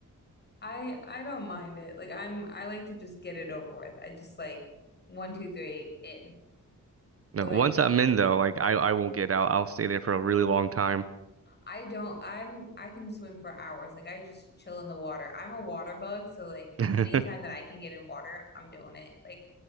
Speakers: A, on the left (about 35°); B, on the right (about 45°).
A: I I don't mind it. Like I'm I like to just get it over with. I just like one, two, three, in.
B: No,
A: Or like
B: once I'm in though, like I I won't get out. I'll stay there for a really long time.
A: I don't, I'm, I can swim for hours. Like I just chill in the water. I'm a water bug, so like
B: <laughs>
A: anytime that I can get in water, I'm doing it. Like